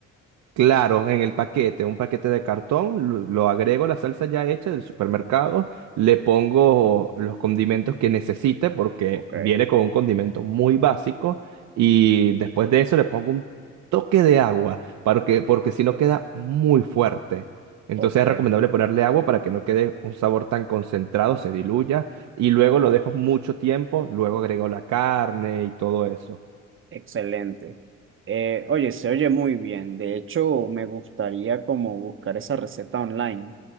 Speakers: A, on the right; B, on the right.
A: Claro, en el paquete, un paquete de cartón, lo, lo agrego la salsa ya hecha del supermercado, le pongo los condimentos que necesite porque
B: Ok,
A: viene con un condimento muy básico y después de eso le pongo un toque de agua para que, porque si no queda muy fuerte. Entonces
B: ok,
A: es recomendable ponerle agua para que no quede un sabor tan concentrado, se diluya y luego lo dejo mucho tiempo, luego agrego la carne y todo eso.
B: excelente. Eh, oye, se oye muy bien. De hecho, me gustaría como buscar esa receta online.